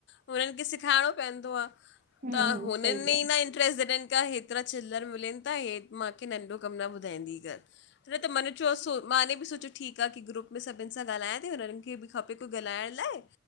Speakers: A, on the left; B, on the right.
A: हुननि खे सेखारणो पवंदो आहे
B: हम्म
A: त हुन
B: सही आहे
A: न प्रेसिडेंट खां हेतिरा चिलर मिलनि था हे मूंखे नंढो कमु न ॿुधाईंदी कर छ त मन जो मांने बि सोचियो ठीकु आहे की ग्रुप में सभिनि सां ॻाल्हायां थी हुननि खे बि खपे कोई ॻाल्हाइण लाइ